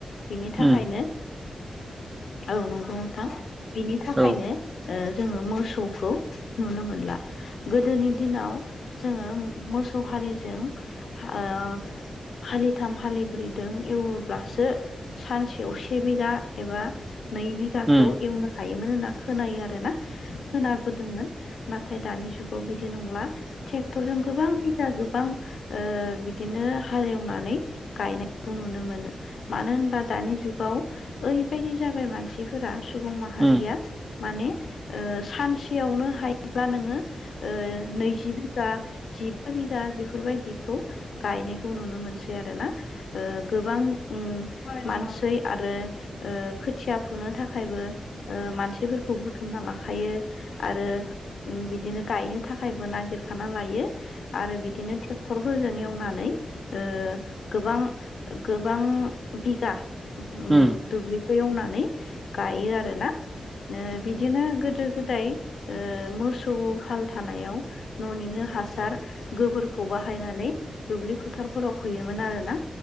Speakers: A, on the left; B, on the right.
A: बिनि
B: उम
A: थाखायनो औ नंगौ नोंथां बिनि थाखायनो
B: औ
A: ओ जोङो मोसौखौ नुनो मोनला गोदोनि दिनाव जोङो मोसौ हालिजों ओ हालिथाम हालिब्रैदों एवोब्लासो सानसेयाव से बिघा एबा नै बि गाखौ
B: औ
A: एवनो हायोमोन होनना खोनायो आरो ना खोनाबोदोंमोन। नाथाय दानि जुगाव बिदि नंला ट्रेक्टरजों गोबां गोबां ओ बिदिनो हालेवनानै गायनायखौ नुनो मोनो। मानो होनबा दानि जुगाव ओरैबायदि जाबाय मानसिफोरा सुबुं माहारिया
B: नंगौ
A: माने ओ सानसेयावनो हायोब्ला नोङो ओ नैजि बि गा जिबा बिघा बेफोरबायदिखौ गायनायखौ नुनो मोनसै आरो ना। ओ गोबां उम मानसै आरो ओ थिया फुनो थाखायबो मानसिफोरखौ बुथुमना लाखायो आरो बिदिनो गायनो थाखायबो नागिरखाना लायो आरो बिदिनो टे क्टरफोरजों एवनानै ओ गोबां गोबां बिगा उम
B: होम
A: दुब्लिखौ एवनानै गाइयो आरो ना ओ बिदि बिदिनो गोदो गोदाय ओ मोसौ हाल थानायाव न'निनो हासार गोबोरखौ बाहायनानै दुब्लि फोथारफोराव फोयोमोन आरोना